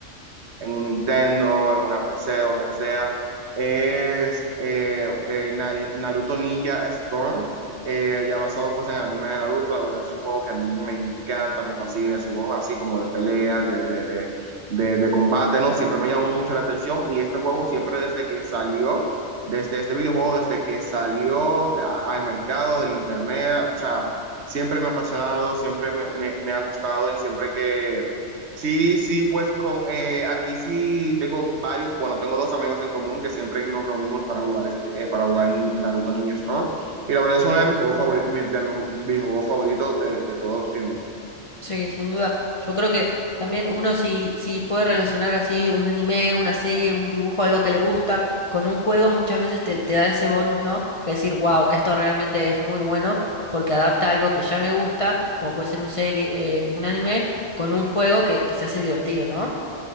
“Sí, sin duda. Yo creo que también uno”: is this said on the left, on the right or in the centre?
Left